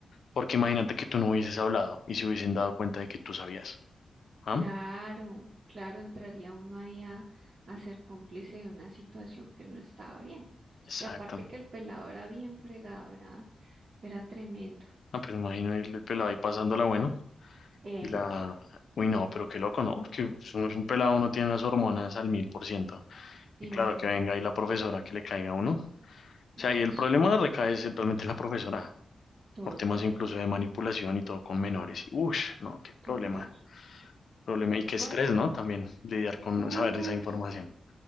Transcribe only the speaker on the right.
Claro, claro, entraría uno ahí a, a ser cómplice de una situación que no estaba bien.
Y aparte que el pelado era bien fregado, era, era tremendo.
Eso.
Imagina,
eso,
total,
total.
Bueno,
uff,